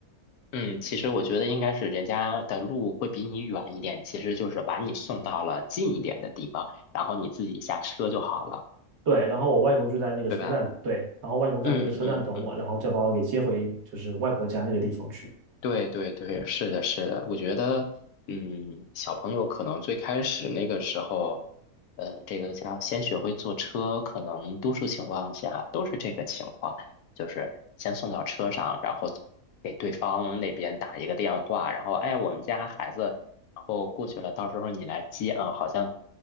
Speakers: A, on the left; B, on the right.
A: 嗯，其实我觉得应该是人家的路会比你远一点，其实就是把你送到了近一点的地方，然后你自己下车就好了，
B: 对，然后我外公就在那个车站，
A: 对吧？
B: 对，然后外公在那个车站等我，
A: 嗯嗯嗯。
B: 然后再把我给接回就是外婆家那个地方去。
A: 对对对，是的，是的，我觉得，嗯，小朋友可能最开始那个时候，呃，这个叫先学会坐车，可能多数情况下都是这个情况，就是先送到车上，然后给对方那边打一个电话，然后哎，我们家孩子，然后过去了，到时候你来接啊，好像